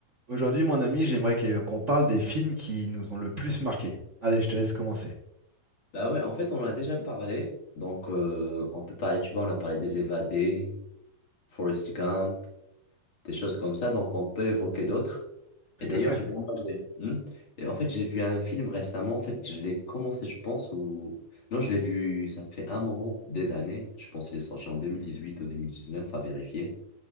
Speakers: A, on the right (about 75°); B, on the left (about 40°).
A: Aujourd'hui, mon ami, j'aimerais que- qu'on parle des films qui nous ont le plus marqués. Allez, je te laisse commencer.
B: Bah ouais, en fait, on en a déjà parlé. Donc, euh, on peut parler, tu vois, on a parlé des évadés, Forrest Gump, des choses comme ça. Donc, on peut évoquer d'autres.
A: Tout
B: Et d'ailleurs,
A: à fait.
B: tu vois, moi, j'ai- hmm Et en fait, j'ai vu un film récemment. En fait, je l'ai commencé, je pense, ou... Non, je l'ai vu, ça fait un moment, des années. Je pense qu'il est sorti en 2018 ou 2019 à vérifier.